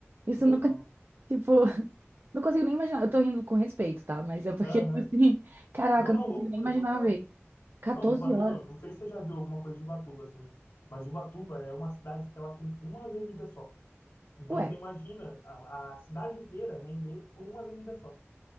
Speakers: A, on the right (about 50°); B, on the left (about 70°).
A: Isso
B: Que legal.
A: nunca. <laughs> Tipo, Não consigo nem imaginar. Eu tô rindo com respeito, tá? Mas é porque,
B: Aham.
A: <laughs> tipo assim, caraca,
B: Não, não,
A: eu não consigo
B: loucura
A: nem imaginar
B: total.
A: ver. Quatorze
B: Não, Ubatuba,
A: horas.
B: não sei se você já viu alguma coisa de Ubatuba assim, mas Ubatuba é uma cidade que ela tem uma avenida só. Então
A: Ué,
B: você imagina a, a cidade inteira render por uma avenida só.